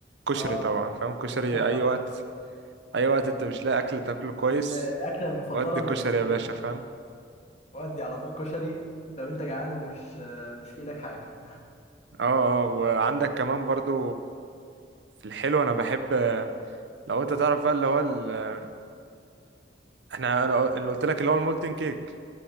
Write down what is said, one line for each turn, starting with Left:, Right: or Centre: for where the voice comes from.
Right: كشري
Left: اه
Right: طبعا فاهم كشري
Left: طبعا
Right: اي وقت اي وقت انت مش لاقي اكل تاكله كويس
Left: دي ال- الاكله المفضله
Right: ودي
Left: للمصريين
Right: كشري يا باشا فاهم
Left: ودي على طول كشري لو انت جعان ومش آه، مش في ايدك حاجه
Right: اه اه وعندك كمان برضو في الحلو انا بحب لو انت تعرف بقى اللي هو ال... احنا أنا اللي قلت لك اللي هو المولتن كيك